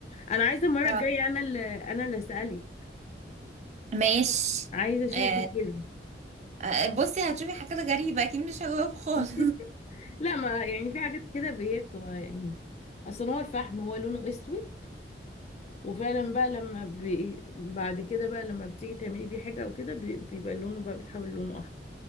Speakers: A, on the left (about 40°); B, on the right (about 40°).
A: انا عايزة المرة
B: طب
A: الجاية انا اللي انا اللي اسألك
B: ماشي
A: عايزة اشوفك
B: آه
A: كده
B: آه، بصي هتشوفي حاجات غريبه اكيد مش هجاوب خالص
A: <laughs> لا ما يعني في حاجات كده هي بتبقى يعني اصل هو الفحم هو لونه اسود وفعلا بقى لما بي... بعد كده بقى لما بتيجي تعملي بيه حاجة او كده بي... بيبقى لونه بقى بيتحول لونه احمر